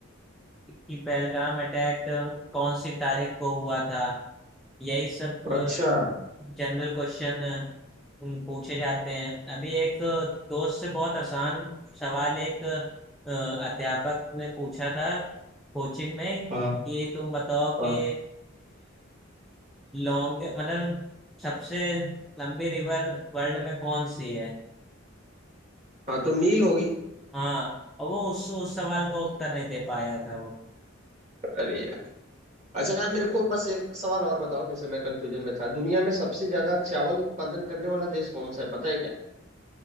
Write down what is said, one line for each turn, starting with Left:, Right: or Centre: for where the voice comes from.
Centre: कि पहलगाम अटैक कौन सी तारीख को हुआ था यही सब
Right: अच्छा
Centre: जनरल क्वेश्चन पूछे जाते हैं अभी एक दोस्त से बहुत आसान सवाल एक अ, अध्यापक ने पूछा था कोचिंग में कि
Right: हाँ
Centre: तुम बताओ
Right: हाँ
Centre: कि लॉन्ग मतलब सबसे लंबी रिवर वर्ल्ड में कौन सी है
Right: हाँ तो नील होगी
Centre: हाँ और वो उस उस सवाल का उत्तर नहीं दे पाया था वो
Right: अरे यार अच्छा आप मेरे को बस एक सवाल और बताओ जैसे मैं कंफ्यूजन में था दुनिया में सबसे ज्यादा चावल उत्पादन करने वाला देश कौन सा है पता है क्या